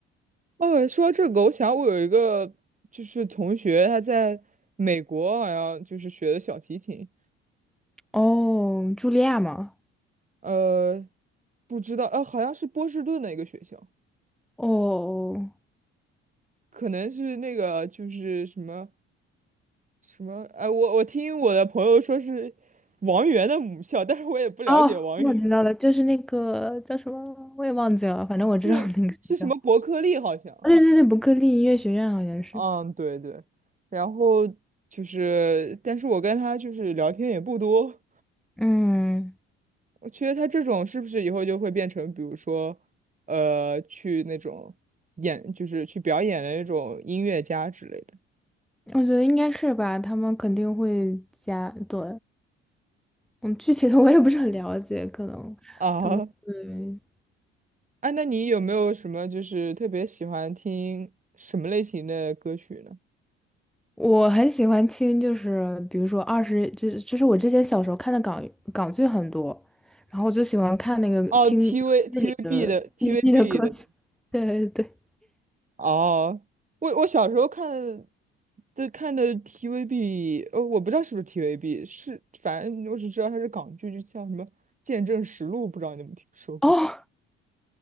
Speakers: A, on the right (about 25°); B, in the centre.
A: 哦，说到这个，我想我有一个就是同学，他在美国好像就是学的小提琴，
B: 哦，茱莉亚吗？
A: 呃，不知道，呃，好像是波士顿的一个学校，
B: 哦
A: 可能是那个就是什么什么，哎、我我听我的朋友说是王源的母校，但是我也不了解王源，
B: 哦，我知道了，就是那个叫什么，我也忘记了，反正我知道那个学校。
A: 是是什么伯克利好像。
B: <laughs> 对对对，伯克利音乐学院好像是。
A: 嗯，对对，然后就是，但是我跟他就是聊天也不多，
B: 嗯。
A: 我觉得他这种是不是以后就会变成，比如说，呃，去那种演，就是去表演的那种音乐家之类的
B: 我觉得应该是吧，他们肯定会加，对，嗯，具体的我也不是很了解，可能他们嗯，
A: 啊？哎，那你有没有什么就是特别喜欢听什么类型的歌曲呢？
B: 我很喜欢听，就是比如说二十，就是就是我之前小时候看的港港剧很多，然后我就喜欢看那个听剧里的
A: 哦，TV TVB 的 TVB
B: TP 的歌曲，
A: 的
B: <laughs> 对对对，
A: 哦，我我小时候看的，就看的 TVB，呃，我不知道是不是 TVB，是反正我只知道它是港剧，就叫什么《见证实录》，不知道你有没有听说过？
B: 哦，